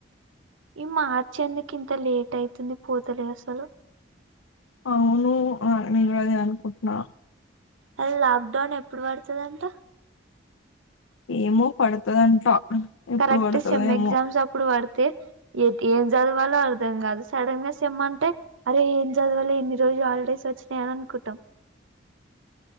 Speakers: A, on the right (about 85°); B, on the left (about 85°).
A: ఈ మా చ్చందుకి ఇంత లేట్ అవుతుంది పోతలే అసలు
B: అవును నదిే అనుకుంటున్నా
A: అది లాక్డౌన్ ఎప్పుడు పడుతుదంతా
B: ఏమో పడుతుందంట ఎప్పుడు
A: కరెక్ట్
B: పడుతుందో
A: సెమ్ ఎగ్జామ్స్
B: ఏమో
A: అప్పుడు పడుత ఏం చదవాలో అర్థం కాదు సడన్ గా సిమ్ అంటే అరే ఏం చదవాాల లే నిరుజాలడే సచ్చ నన కుతం